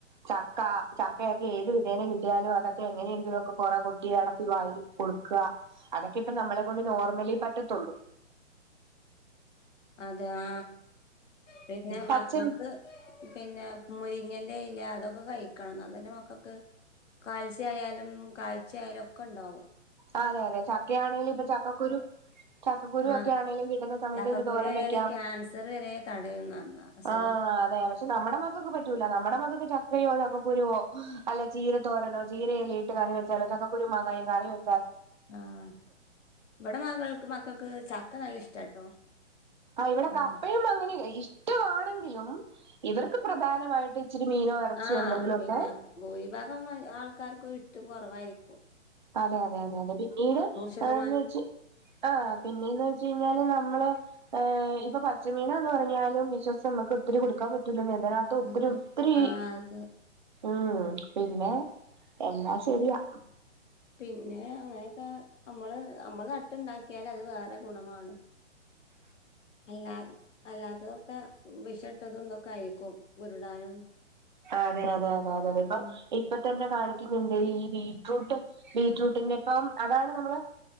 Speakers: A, on the right; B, on the left.
A: ചക്ക ചക്കയൊക്കെ ഏത് വിധേന കിട്ടിയാലും അതൊക്കെ എങ്ങനെയെങ്കിലും ഒക്കെ കൊറെ കൊത്തി അടത്തി വായില് കൊടുക്ക അതൊക്കെ ഇപ്പ നമ്മളെ കൊണ്ട് നോർമലി പ റ്റത്തൊള്ളൂ
B: തെ ആ പിന്നെ
A: പച്ചൻ
B: മക്കക്ക് പിന്നെ മുരിങ്ങേന്റെ ഇല അതൊക്കെ കഴിക്കണം ഇന്നാ തന്നെ മക്കക്ക് കാൽസ്യായാലും കാഴ്ചായാലും ഒക്കെ ഇണ്ടാവും
A: ആ അതെ അതെ ചക്കയാണേല് ഇപ്പൊ ചക്കക്കുരു ചക്കക്കുരു
B: ആഹ്
A: ഒക്കെ ആണേലും കിട്ടുന്ന സമയത്ത്
B: ചക്കക്കുരു
A: ഒരു തോരൻ
B: ആയാല്
A: വെക്കാം
B: ക്യാൻസർ വരെ തടയുംന്ന് പറഞ്ഞ് അസുഖം
A: ആ അതെ പക്ഷെ നമ്മടെ മക്കക്ക് പറ്റൂല നമ്മടെ മക്കക്ക് ചക്കയോ ച ക്ക കുരുവോ അല്ല ചീര തോരനോ ചീരയില ഇട്ട് കറി വെച്ചാലോ ചക്കക്കുരു മാങ്ങായും കറി വെ
B: ആഹ് ഇവിടെ മകൾക്ക് മക്കക്ക് ച ക്ക നല്ല ഇഷ്ടാട്ടോ
A: ആ ഇവിടെ
B: ആഹ്
A: കപ്പയും അങ്ങനെ ഇഷ്ട വാണെങ്കിലും ഇവർക്ക് പ്രധാനമായിട്ട് ഇച്ചിരി മീനോ ഇറച്ചിയോ
B: ആഹ്
A: എന്തെങ്കിലും
B: പിന്ന
A: ഒക്കെ
B: ഭൂരിഭാഗം മ ആൾക്കാർക്കും ഇഷ് ട്ടും കൊറവായിരിക്കും
A: അതെ അതെ അ പോകെ പിന്നീട്
B: ശതമാനം
A: ആന്ന് വെച്ച് ആഹ് പിന്നേന്ന് വെച്ച് കഴിഞ്ഞാല് നമ്മള് ആ ഇപ്പ പച്ചമീനാന്ന് പറഞ്ഞാലും വിശ്വസിച്ചു നമുക്ക് ഒത്തിരി കൊടുക്കാൻ പറ്റു റ്റൂലന്നേ ഇതിനകത്ത് ഒത്തിരി
B: അതെ
A: ഒത്തിരി
B: ആ അതെ
A: ഉം പിന്നെ എല്ലാ ശെരിയാ
B: പിന്നെ അങ്ങനെയൊക്കെ അമ്മള് അമ്മള് നട്ടുണ്ടാക്കിയാല് അത് വേറെ ഗുണമാണ് അല്ലാ അല്ലാത്തതൊക്കെ വിഷട്ടതും തൊക്കെ ആയിരിക്കും ഉരുടാനും
A: അതെ അതെ അതെ അതെ അതിപ്പം
B: ഉം
A: ഇപ്പതന്നെ കാണി <unintelligible> ണ്ട് ഈ ബീട്രൂട്ട് ബീട്രൂട്ടിന്റെ ഇപ്പം അതാണ് നമ്മള്